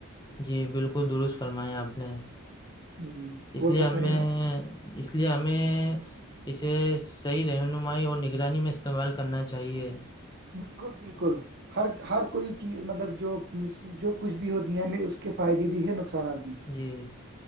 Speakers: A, on the left; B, on the right.
A: جی بالکل درست فرمایا آپ نے
B: ہ
A: اس
B: اور
A: لیے اب
B: بتائیے
A: میں
B: آپ
A: اس لیے ہمیں اسے صحیح رہنمائی اور نگرانی میں استعمال کرنا چاہیے
B: بالکل بالکل ہر ہر کوئی چیز مطلب جو جو کچھ بھی ہو دنیا میں اس کے فائدے بھی ہے نقصانات بھی ہیں
A: جی